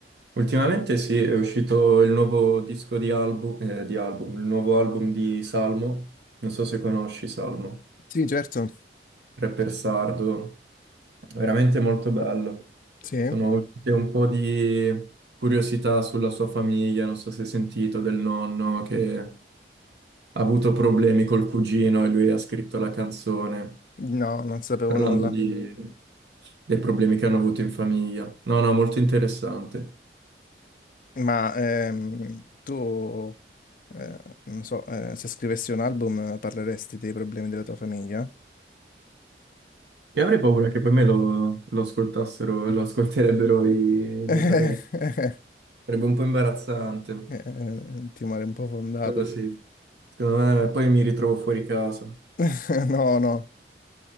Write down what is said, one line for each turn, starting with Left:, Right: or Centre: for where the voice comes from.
Right: Ultimamente sì, è uscito il nuovo disco di album, eh, di album, il nuovo album di Salmo. Non so se conosci Salmo.
Left: Sì, certo,
Right: rapper sardo, veramente molto bello.
Left: sì.
Right: Sono uscite un po' di curiosità sulla sua famiglia, non so se hai sentito del nonno che ha avuto problemi col cugino e lui ha scritto la canzone
Left: No, non sapevo
Right: parlando
Left: nulla.
Right: di- dei problemi che hanno avuto in famiglia. No, no, molto interessante.
Left: Ma ehm, tu, eh, non so, eh, se scrivessi un album eh, parleresti dei problemi della tua famiglia?
Right: E avrei paura che poi me lo, lo ascoltassero, lo ascolterebbero i, i
Left: <laughs>
Right: miei parenti. Sarebbe un po' imbarazzante,
Left: Eh, eh, eh, timore un po' fondato.
Right: quello sì. Secondo me poi mi ritrovo fuori casa.
Left: <laughs> No, no.